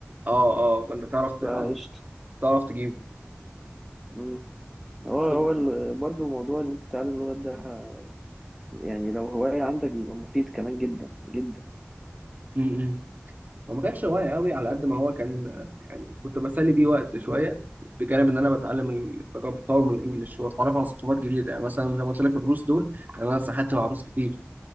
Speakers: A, on the right; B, in the centre.
A: اه اه فانت تعرف ت-
B: فقشطة
A: عن- تعرف تجيبه
B: مم. هو هو
A: ف...
B: ال... برضه موضوع ان انت تتعلم اللغات ده ه- يعني لو هواية عندك بيبقى مفيد كمان جدا جدا
A: م- م. هو ما كانش هواية قوي على قد ما هو كان آه، يعني كنت بسلي بيه وقت شوية بجانب ان انا بتعلم ال- بطور من الانجليش واتعرف على ثقافات جديده يعني مثلا زي ما قلت لك الروس دول يعني انا سحبت مع روس كتير